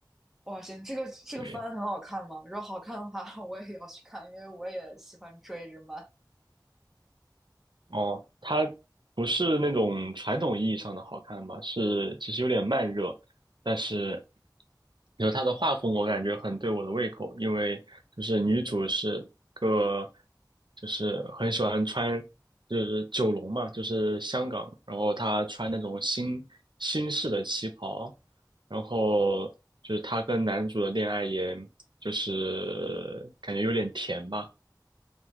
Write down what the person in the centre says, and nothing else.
哇，行，这个这个番很好看吗？
如果好看的话，<laughs> 我也要去看，因为我也喜欢追日漫。